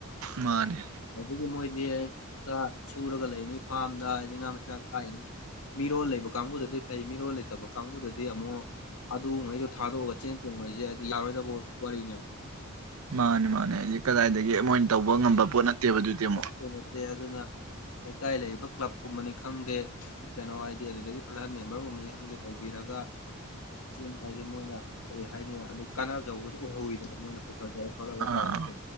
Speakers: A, on the right; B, on the left.
A: ꯃꯥꯅꯦ꯫
B: ꯑꯗꯨꯒꯤ ꯃꯣꯏꯗꯤ ꯂꯕꯨꯛꯇ ꯁꯨꯔꯒ ꯂꯩꯅꯤ ꯐꯥꯔꯝꯗ ꯍꯥꯏꯗꯤ ꯉꯥ ꯃꯆꯤꯟꯥꯛ ꯊꯥꯛꯏꯅꯤ꯫ ꯃꯤꯔꯣꯜ ꯂꯩꯕ ꯀꯥꯡꯕꯨꯗꯗꯤ ꯐꯩ ꯃꯤꯔꯣꯜ ꯂꯩꯇꯕ ꯀꯥꯡꯕꯨꯗꯗꯤ ꯑꯃꯨꯛ ꯑꯗꯨꯒꯉꯩꯗꯣ ꯊꯥꯗꯣꯛꯑꯒ ꯆꯦꯟ ꯆꯣꯡꯕ ꯍꯥꯏꯩꯁꯦ ꯍꯥꯏꯗꯤ ꯌꯥꯔꯣꯏꯗꯕ ꯋꯥꯔꯤꯅꯦꯕ
A: ꯃꯥꯅꯦ ꯃꯥꯅꯦ ꯑꯩꯁ ꯀꯗꯥꯏꯗꯒꯤ ꯑꯃꯣꯏ ꯑꯣꯏꯅ ꯇꯧꯕ ꯉꯝꯕ ꯄꯣꯠ ꯅꯠꯇꯦꯕ ꯑꯗꯨꯗꯤ ꯑꯃꯨꯛ
B: ꯅꯠꯇ ꯅꯠꯇꯦ ꯑꯗꯨꯅ ꯂꯩꯀꯥꯏ ꯂꯩꯔꯤꯕ ꯀ꯭ꯂꯕꯀꯨꯝꯕꯅꯤ ꯈꯪꯗꯦ ꯀꯩꯅꯣ ꯍꯥꯏꯗꯤ ꯑꯗꯨꯗꯒꯤ ꯄ꯭ꯔꯁꯠ ꯃꯦꯝꯕꯔꯒꯨꯝꯕꯕꯁꯤ ꯈꯪꯗꯦ ꯇꯧꯕꯤꯔꯒ ꯆꯦꯟ ꯍꯥꯏꯁꯦ ꯃꯣꯏꯅ ꯀꯩ ꯍꯥꯏꯅꯤ ꯑꯗꯨ ꯀꯥꯟꯅꯕꯖꯧꯕꯁꯨ ꯑꯣꯏꯍꯧꯋꯤꯗꯕ ꯃꯣꯏꯅ ꯄꯨꯊꯔ ꯈꯣꯠꯂꯛꯑꯒ
A: ꯑꯥ
B: ꯇꯧꯔꯒꯗꯤ